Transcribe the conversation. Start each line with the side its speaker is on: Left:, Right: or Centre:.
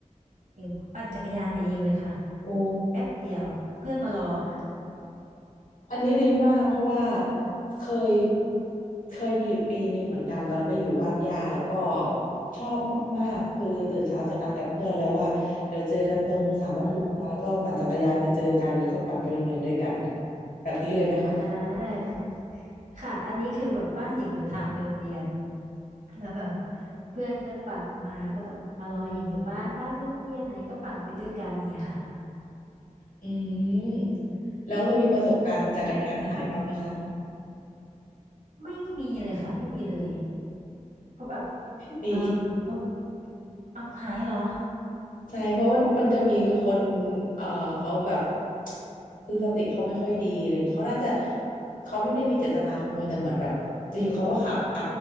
Right: หญิงปั่นจักรยานไปเองเลยค่ะ
Left: โอ้
Right: แป๊บเดียวเพื่อนมารอ <laughs>
Left: อันนี้ดีมากเพราะว่าเคยเคยมีอปีหนึ่งเหมือนกันตอนนั้นไปอยู่บ้านย่าแล้วก็ชอบมากๆคือตื่นเช้าจะนัดกับเพื่อนแล้วว่าเดี๋ยวเจอกันตรงศาลพระภูมินะแล้วก็ปั่นจักรยานไปเจอกันแล้วก็ปั่นไปโรงเรียนด้วยกัน
Right: ค่ะอืม
Left: แบบนี้เลยไหมคะ
Right: อ่าค่ะอันนี้คือแบบบ้านหญิงอยู่ทางไปโรงเรียนแล้วแบบเพื่อนก็ปั่นมาก็ตบมารอหญิงอยู่บ้านป้าไปโรงเรียนอะไรก็ปั่นไปด้วยกันอย่างเงี้ยค่ะ
Left: อืมแล้วเคยมีประสบการณ์จักรยานหายบ้างไหมคะ
Right: สนุกนะ ไม่มีเลยค่ะไม่มีเลยเพราะแบบ
Left: ดี
Right: เอ่มเพราะเอาหายเหรอ
Left: ใช่เพราะมันมันจะมีคนเอ่อเขาแบบคือสติเขาไม่ค่อยดีอะไรเงี้ยเขาน่าจะเขาไม่ได้มีเจตนาขโมยแต่เหมือนแบบอยู่ๆเขาก็ขับไป